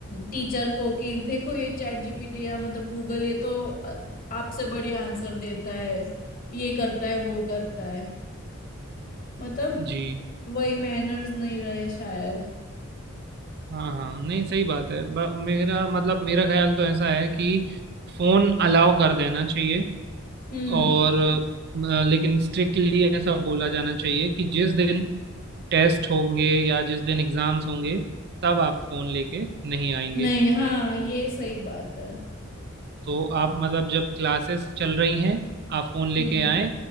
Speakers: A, on the left (about 45°); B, on the right (about 50°).
A: टीचर को कि देखो ये चैट जीपीटी या मतलब गूगल ये तो अ, आपसे बढ़िया आंसर देता है ये करता है वो करता है मतलब
B: जी
A: वही मैनर्स नहीं रहे शायद
B: हाँ हाँ नहीं सही बात है ब, मेरा मतलब मेरा ख्याल तो ऐसा है कि फोन अलाउ कर देना चाहिए
A: हम्म
B: और अ, लेकिन स्ट्रिक्टली ऐसा बोला जाना चाहिए कि जिस दिन टेस्ट होंगे या जिस दिन एग्जाम्स होंगे तब आप फोन लेके नहीं आएंगे
A: नहीं हाँ ये सही बात है
B: तो आप मतलब जब क्लासेस चल रही हैं आप फोन लेके
A: हम्म
B: आए